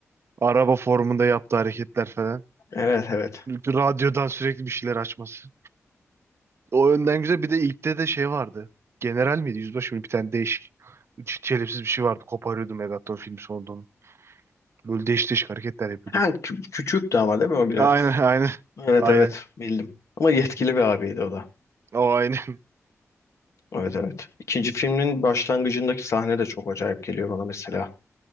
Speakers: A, on the right; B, on the left.
A: Araba formunda yaptığı hareketler falan.
B: Evet evet.
A: Radyodan sürekli bir şeyler açması. O önden güzel. Bir de ilkte de şey vardı. General miydi? Yüzbaşı mıydı? Bir tane değişik. ç- Çelimsiz bir şey vardı. Koparıyordu Megaton filmi sonunda onu. Böyle değişik değişik hareketler yapıyordu.
B: Ha, kü- küçüktü ama değil mi o biraz?
A: Aynen <laughs> aynen.
B: Evet
A: Aynen.
B: evet bildim. Ama yetkili bir abiydi o da.
A: O aynen. <laughs>
B: Evet evet. İkinci filmin başlangıcındaki sahne de çok acayip geliyor bana mesela.